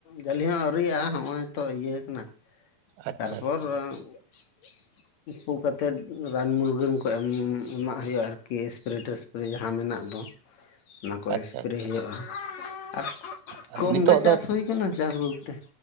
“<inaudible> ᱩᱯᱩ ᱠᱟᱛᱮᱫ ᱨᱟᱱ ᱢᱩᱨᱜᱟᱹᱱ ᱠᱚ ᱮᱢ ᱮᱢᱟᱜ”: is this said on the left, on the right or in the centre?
Left